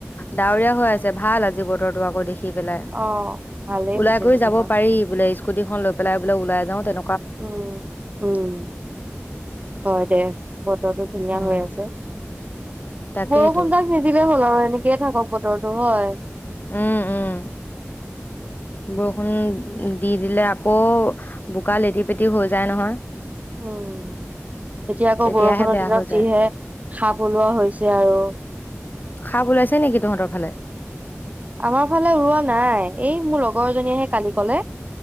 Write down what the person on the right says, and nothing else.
অ ভালেই
হৈছে
যেনিবা
উম উম হয় দে বতৰটো ধুনীয়া
হৈ আছে
ব সুম তাক নিদিলে এনেকে থাকক বতৰো হয়
উম এতিয়া আকৌ
বৰষুণৰ
দিনত
যিহে খাপ ওলোৱা হৈছে আৰু
আমাৰ ফালে উৰুৱোৱা নাই এই মোৰ লগৰ এজনী আহে কালি কলে